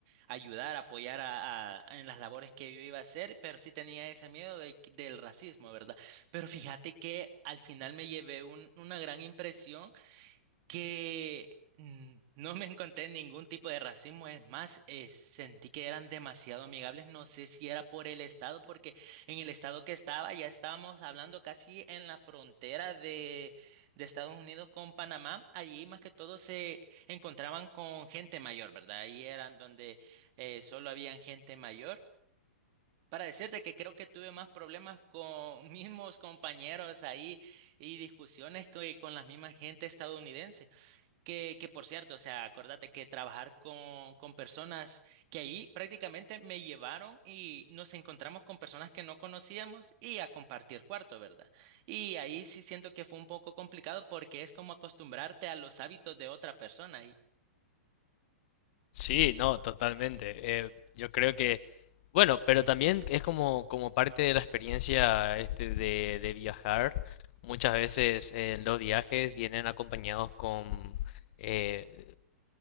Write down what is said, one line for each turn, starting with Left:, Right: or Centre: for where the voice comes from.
Right: ayudar, apoyar a, a- en las labores que yo iba a hacer, pero sí tenía ese miedo de- del racismo, ¿verdad? Pero fíjate que al final me llevé un- una gran impresión que mm, no me encontré ningún tipo de racismo, es más, eh, sentí que eran demasiado amigables, no sé si era por el estado, porque en el estado que estaba ya estábamos hablando casi en la frontera de, de Estados Unidos con Panamá, allí más que todo se encontraban con gente mayor, ¿verdad? Ahí eran donde eh, solo habían gente mayor. Para decirte que creo que tuve más problemas con <laughs> mismos compañeros ahí y discusiones que con la misma gente estadounidense. Que, que por cierto, o sea, acuérdate que trabajar con, con personas que ahí prácticamente me llevaron y nos encontramos con personas que no conocíamos y a compartir cuarto, ¿verdad? Y ahí sí siento que fue un poco complicado porque es como acostumbrarte a los hábitos de otra persona
Left: Sí, no, totalmente. Eh, yo creo que, bueno, pero también es como, como parte de la experiencia este de, de viajar. Muchas veces eh, los viajes vienen acompañados con, eh,